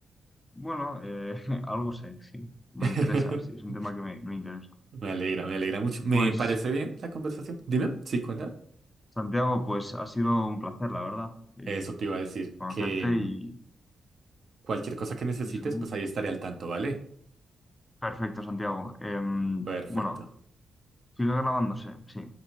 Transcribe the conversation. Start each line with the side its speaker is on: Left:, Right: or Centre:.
Left: Bueno, eh, <laughs> algo sé, sí. Me
Right: <laughs>
Left: interesa, sí, es un tema que me, me interesa.
Right: Me alegra, me alegra mucho. Me
Left: Pues,
Right: parece bien la conversación. Dime, ¿sí cuenta?
Left: Santiago, pues ha sido un placer, la verdad, eh,
Right: Eso te iba a decir,
Left: conocerte
Right: que mm,
Left: y,
Right: cualquier cosa que necesites,
Left: y eso,
Right: pues ahí estaré al tanto, ¿vale?
Left: Perfecto, Santiago. Em,
Right: Perfecto.
Left: bueno, sigue grabándose, sí.